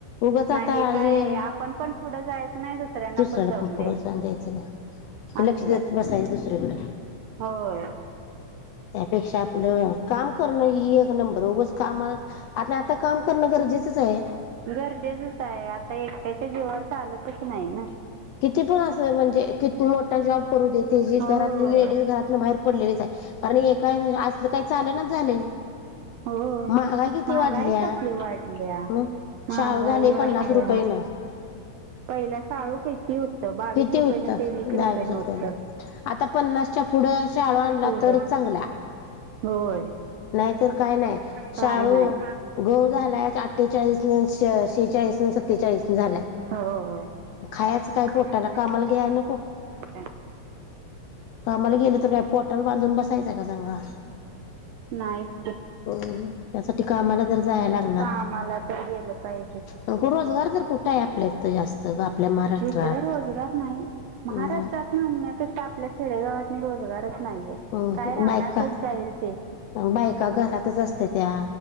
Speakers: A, on the left; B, on the right.
A: उगाच
B: नाही
A: आता हे
B: काय आहे, आपण पण पुढं जायचं नाही दुसऱ्यांना
A: दुसऱ्याला
B: जाऊन
A: पण पुढे जाऊन द्यायचं नाही. लक्ष
B: असलं
A: देत
B: आहे
A: बसायचं दुसरीकड.
B: होय.
A: त्यापेक्षा आपलं काम करणं ही एक नंबर उगच कामा- आणि आता काम करणं गरजेचंच आहे.
B: गरजेचच आहे. आता एकट्याच्या जीवावर चालतच नाही ना?
A: किती पण अस म्हणजे किती मोठा जॉब करू दे ते जी
B: हो
A: घरातली लेडीज राह - कुणावर पडलेलेच आहे. कारण ए का <unintelligible> असलं काही चाल ना झालय.
B: हो.
A: महागाई किती
B: महागाई
A: वाढल्या
B: कसली वाढलिया.
A: हं
B: हां.
A: शाळू
B: <unintelligible>
A: झाले
B: वाटले
A: पन्नास रुपयेनं
B: पहिला शाळू किती होतं? बावीस
A: किती
B: रुपये
A: होतं
B: नि तेवीस
A: दहा
B: रुपये
A: वीस
B: न
A: रुपयानं
B: होतं.
A: आता पन्नासच्या पुढं शाळू आणला
B: फूड
A: तरच चांगला.
B: होय
A: नाहीतर काय नाही. शाळू-
B: काय नाही
A: गहू झालाअठ्ठेचाळीस न शेहेचाळीस न सत्तेचाळीस न झाला.
B: होय
A: खायाचं काय
B: खायचं
A: पोटाला? कामाल <unintelligible> नको?
B: काय
A: कामाला गेलं तर काय पोटाला बांधून बसायचं का सांगा.
B: नाहीच की.
A: हो. म त्यासाठी कामाला जर जाया लागणार.
B: कामाला तर गेलं पाहिजे
A: अग, रोजगार तर कुठं आहे आपल्यात जास्त ग? आपल्या महाराष्ट्रात.
B: इकडे रोजगार नाही. महाराष्ट्रात
A: हम्म
B: म्हणण्यापेक्षा आपल्या खेडेगावात रोजगारच नाहीये.
A: हम्म
B: काय रानातच
A: बायका
B: जाईल ते.
A: बायका घरातच असतेत्या.